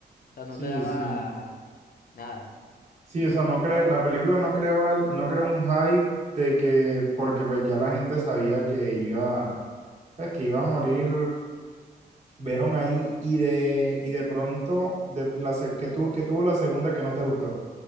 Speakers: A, on the left; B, on the right.
A: O sea, no
B: Sí,
A: te daba
B: sí.
A: nada.
B: Sí, o sea, no cre la película no creaba, no creó un hype de que, porque pues ya la gente sabía que iba, pues, que iba a morir Venom ahí y de, y de pronto de la se- que tu- que tuvo la segunda que no te gustó.